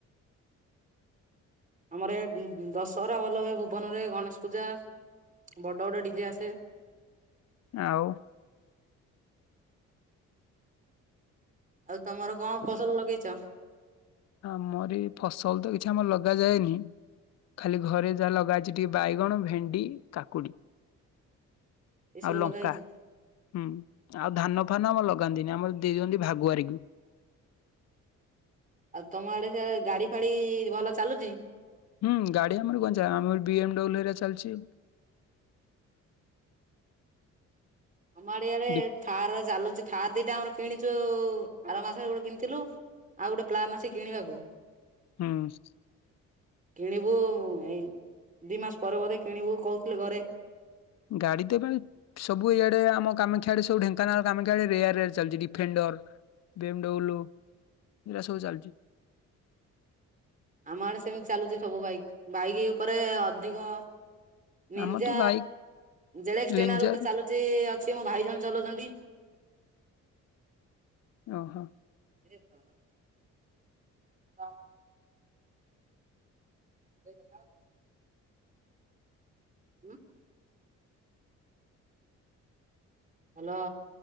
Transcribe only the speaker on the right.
ଆମର ଏ ଦଶହରା ଭଲ ହୁଏ ଭୁବନରେ ଗଣେଶ ପୂଜା ବଡ଼ ବଡ଼ ଡିଜେ ଆସେ।
ଆଉ ତମର କଣ ଫସଲ ଲଗେଇଚ?
ଏଇ ସବୁ
ଲଗା ହେଇଛି
ଆଉ ତମ ଆଡେ ସେ ଗାଡି ଫାଡି ଭଲ ଚାଲୁଛି?
ଆମ ଆଡିଆରେ
ଥାର ଚାଲୁଛି ଥାର ଦିଟା ଆମର କିଣିଛୁ ଆର ମାସରେ ଗୋଟେ କିଣିଥିଲୁ। ଆଉ ଗୋଟେ ପ୍ଲାନ୍ ଆସି କିଣିବାକୁ
କିଣିବୁ ଏଇ ଦିଇ ମାସ ପରେ ବୋଧେ କିଣିବୁ କହୁଥିଲେ ଘରେ
ଆମ ଆଡ଼େ ସେମିତି ଚାଲୁଚି ସବୁ ବାଇକ୍ ବାଇକ୍ ଉପରେ ଅଧିକ ନିଞା
ଜେଡକ୍ସ
ଟେନ୍ଆର ଗୋଟେ ଚାଲୁଚି ଅଛି ମୋ ଭାଇ ଜଣେ ଚଳଉଛନ୍ତି।
ରେ ବାପ୍ ହଁ। <unintelligible> ଉଁ ହ୍ୟାଲୋ।